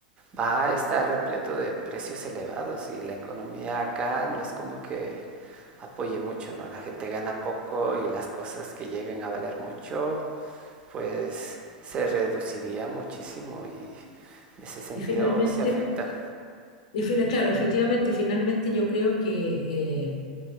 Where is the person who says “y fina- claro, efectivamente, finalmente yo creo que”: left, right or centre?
Left